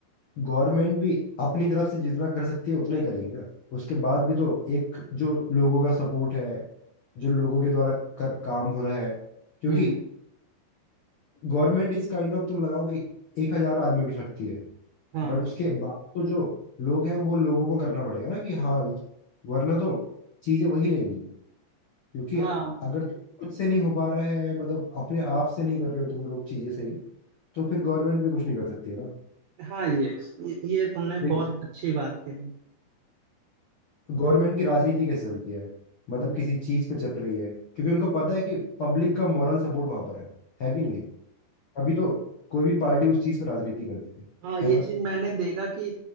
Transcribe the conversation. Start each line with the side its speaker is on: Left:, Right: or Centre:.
Left: गवर्नमेंट भी अपनी तरफ से जितना कर सकती है उतना ही करेगी ना उसके बाद भी तो एक जो लोगों का सपोर्ट है जो लोगों के द्वारा कर, काम हो रहा है क्योंकि
Right: हुँ,
Left: गवर्नमेंट इज काइंड ऑफ तुम लगाओ कि एक हजार आदमियों की शक्ति है
Right: हाँ,
Left: बट उसके बाद तो जो लोग हैं वो लोगों को करना पड़ेगा ना कि हाँ वरना तो चीजें वही रहेंगी क्योंकि
Right: हाँ,
Left: अगर तुम खुद से नहीं हो पा रहा है मतलब अपने आप से नहीं कर रहे हो तुम लोग चीजें सही तो फिर गवर्नमेंट भी कुछ नहीं कर सकती है ना
Right: हाँ, ये ये ये तुमने
Left: देखो
Right: बहुत अच्छी बात कही।
Left: गवर्नमेंट की राजनीति कैसे चलती है मतलब
Right: हुँ,
Left: किसी चीज पे चल रही है क्योंकि उनको पता है कि पब्लिक का मॉरल सपोर्ट वहां पर है है कि नहीं है अभी तो कोई भी पार्टी उस चीज पे राजनीति करती है
Right: हाँ, ये
Left: है ना
Right: चीज़ मैंने देखा कि